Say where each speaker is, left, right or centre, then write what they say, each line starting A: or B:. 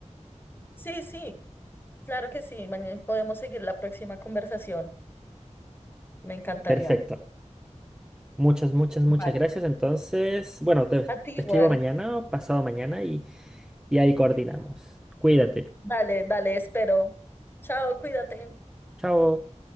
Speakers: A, on the left; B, in the centre.
A: Sí, sí, claro que sí. Mañana podemos seguir la próxima conversación. Me encantaría.
B: Perfecto. Muchas, muchas, muchas
A: Vale.
B: gracias. Entonces, bueno, te,
A: A ti
B: te
A: igual.
B: escribo mañana o pasado mañana y, y ahí coordinamos. Cuídate.
A: Dale, dale, espero. Chao, cuídate.
B: Chao.